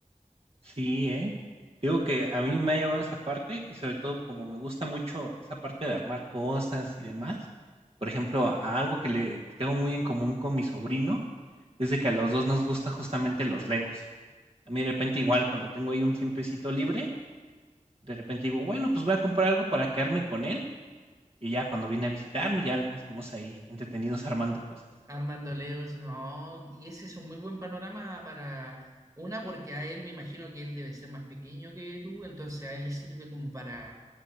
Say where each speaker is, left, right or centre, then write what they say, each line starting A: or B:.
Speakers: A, on the right; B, on the right.
A: Sí, ¿eh? Digo que a mí me ha llevado esa parte y sobre todo como me gusta mucho esa parte de armar cosas y demás. Por ejemplo, a algo que le que tengo muy en común con mi sobrino es de que a los dos nos gusta justamente los Legos. A mí de repente igual cuando tengo ahí un tiempecito libre, de repente digo, bueno, pues voy a comprar algo para quedarme con él y ya cuando viene a visitarme ya estamos ahí entretenidos armando cosas.
B: Armando Leos, no, y ese es un muy buen panorama para... Una, porque a él me imagino que él debe ser más pequeño que tú, entonces a él le sirve como para,